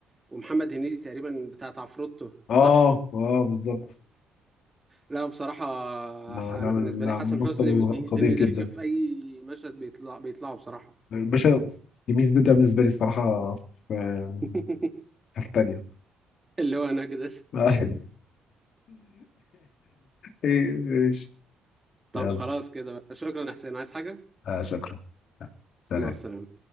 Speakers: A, on the right; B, on the left.
A: ومحمد هنيدي تقريبا بتاعت عفروتو
B: اه
A: صح
B: اه بالظبط
A: لا بصراحة
B: لا
A: ح- انا
B: لا
A: بالنسبة
B: لا
A: لي حسن
B: ممثل
A: حسني بي- بيقتلني
B: قدير جدا
A: ضحك في اي مشهد بيطلع بيطلعه بصراحة
B: باشا يميز ده, ده بالنسبة لي الصراحة في يعني
A: <laughs>
B: حتة تانية
A: اللي هو انا كده
B: <laughs> ايه ايش
A: طب
B: يلا
A: خلاص كده بقى شكرا يا حسين عايز حاجة
B: آه، شكرا سلام
A: مع السلامة